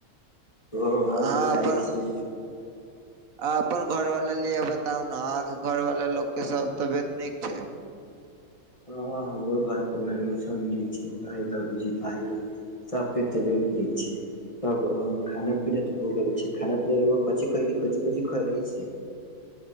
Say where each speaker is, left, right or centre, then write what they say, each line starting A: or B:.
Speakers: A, on the left; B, on the right.
A: ओ और
B: आहां
A: बताय
B: अपन
A: छै
B: आब अपन घर वाला लिए बताउ नै अहाँ के घर वाला लोक के सब तबियत नीक छै।
A: हां हमरो घर परिवार लोग सब निक छै, माई, बाबूजी, भाई, बहन सबके तबियत नीक छै। तब हम खाना-पीना तऽ हो गेल छै, खाना-पीना रउवा कौंची खैली कौंची-कौंची खैले छीयै।